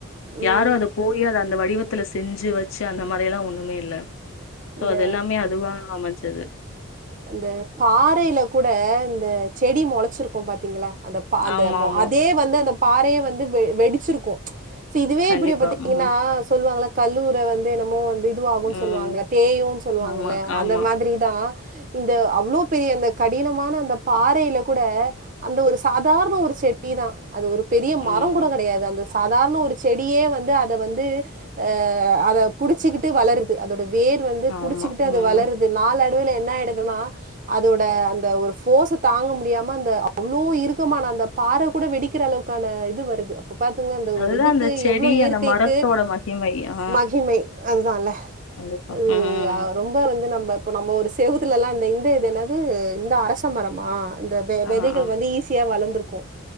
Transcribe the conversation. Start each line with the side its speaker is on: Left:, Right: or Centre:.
Right: ம்.
Left: யார் அத போயி அத அந்த வடிவத்துல செஞ்சி வச்சி அந்த மாரிலா ஒண்ணுமே இல்ல சோ
Right: இந்த
Left: அது எல்லாமே அதுவா அமைஞ்சது.
Right: இந்த பாறையில கூட இந்த செடி மொளைச்சிருக்கோ பாத்தீங்களா அந்த பா அந்த
Left: ஆமா, ஆமா.
Right: அதே வந்து அந்த பாறைய வந்து வெ வெடிச்சிருக்கோ சி இதுவே
Left: கண்டிப்பா.
Right: இப்டி பாத்தீங்கன்னா
Left: ம்.
Right: சொல்லுவாங்களா கல்லூர வந்து என்னமோ வந் த இதுவாகும்
Left: ம்.
Right: சொல்லுவாங்கள தேயு சொல்லுவாங்க
Left: ஆமா,
Right: இல்ல
Left: ஆமா.
Right: அந்த மாதிரிதா இந்த அவ்ளோ பெரிய அந்த கடினமான அந்த பாறையில கூட அந்த ஒரு சாதாரண ஒரு செடி தா அது ஒரு பெரிய மரம்
Left: ம்.
Right: கூட கெடையாது அந்த சாதாரண ஒரு செடியே வந்து அ த வந்து ஆ அத புடிச்சிக்கிட்டு வளரு து அதோட வேர் வந்து
Left: ஆமா.
Right: புடிச்சிக்கிட்டு அது
Left: ம்.
Right: வளறது நால டுவுல என்ன ஆயிடுதுன்னா அதோட அந்த ஒரு ஃபோர்ஸ் தாங்க முடியாம அந்த அவ்ளோ இருக்கமான அந்த பாற கூட வெடிக்கிற அளவுக்கான இது வருது இப்ப பாத்துங்கனா இந்த
Left: அதுதான்
Right: ஒரு இதுக்கு
Left: அந்த செடி,
Right: எவ்ளோ இயற்கைக்கு
Left: அந்த மரத்தோட மகிமை. ஆ.
Right: மகிமை அதுதால்ல
Left: கண்டிப்பா.
Right: அது
Left: ம்.
Right: ஆ ரொம்ப வ ந்து நம்ப இப்ப நம்ம ஒரு செவுத்துலலா இந்த இந்த இது என்னாது இந்த அரச மரமா அந்த வெ
Left: ஆ
Right: வெதைகள்
Left: ஆ
Right: வந்து ஈஸியா வளர்ந்துருக்கோ